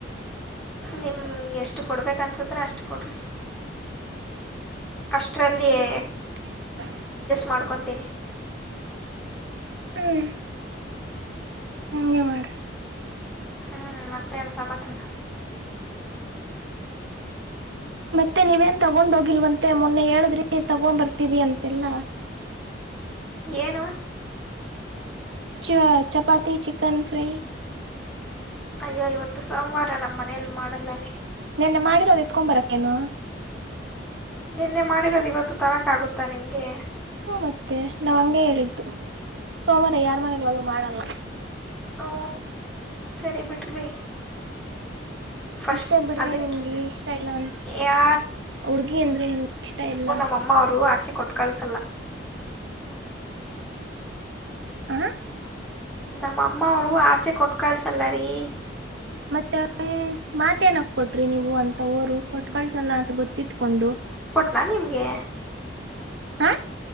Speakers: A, in the centre; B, on the right.
A: ನಿಮ್ಮ ಎಷ್ಟು ಕೊಡ್ಬೇಕು ಅನ್ಸಿದ್ರ ಅಷ್ಟು ಕೊಡ್ರರಿ. ಅಷ್ಟರಲ್ಲಿಯೇ
B: <unintelligible>
A: ಮಾಡ್ಕೊತೀನಿ.
B: ಹ್ಮ್ ಹಂಗೆ ಮಾಡ್ರಿ
A: ಹ್ಮ್ ಮತ್ತೇನ ಸಮಾಚಾರ
B: ಮತ್ತೆ ನೀವೇನ್ ತಗೊಂಡ ಹೋಗಿಲ್ವಂತೆ ಮೊನ್ನೆ ಹೇಳಿದ್ರಿ ತಗೊಂದ ಬರ್ತೀವಿ ಅಂತೆಲ್ಲಾ
A: ಏನು?
B: ಚ ಚಪಾತಿ ಚಿಕನ್ ಫ್ರೈ
A: ಅಯ್ಯೋ ಇವತ್ತು ಸೋಮವಾರ ನಮ್ಮ್ ಮನೇಲಿ ಮಾಡಲ್ಲ ರೀ.
B: ನಿನ್ನೆ ಮಾಡಿರೋದು ಎತ್ಕೊಂದ ಬರಕ್ಕೇನು
A: ನಿನ್ನೆ ಮಾಡಿರೋದು ಇವತ್ತು ತರಕ್ ಆಗುತ್ತಾ ನಿಮ್ಗೆ
B: ಹ್ಮ ಮತ್ತೆ ನಾವ್ ಹಂಗೆ ಹೇಳಿದ್ದು ಸೋಮವಾರ ಯಾರ್ ಮನೆಗಳಲ್ಲೂ ಮಾಡಲ್ಲ.
A: ಓ ಸರಿ ಬಿಡ್ರಿ. ಫಸ್ಟ್
B: ಅಷ್ಟೇ ಬಿಡ್ರಿ
A: ಅದಕ್ಕೆ
B: ನಿಮ್ಗೆ ಇಷ್ಟ ಇಲ್ಲ ಅ
A: ಯಾ
B: ಹುಡ್ಗಿ ಅಂದ್ರೆ ನಿಮ್ಗೆ ಇಷ್ಟ ಇಲ್ಲ.
A: ನಮ್ಮವರು ಆಚೆ ಕೊಟ್ಟು ಕಳಿಸಲ್ಲ.
B: ಹ್ಮ್
A: ನಮ್ಮ ಅಮ್ಮ ಅವ್ರು ಆಚೆ ಕೊಟ್ಕಳ್ಸಲ್ಲರಿ.
B: ಮತ್ತೆ ಮಾತ್ ಏನಕ್ ಕೊಟ್ರಿ ನೀವು ಅಂತ ಊರು ಕೊಟ್ ಕಳ್ಸಲ್ಲ ಗೊತ್ತಿತ್ಕೊಂಡು.
A: ನಾ ನಿಮಗೆ
B: ಹಾ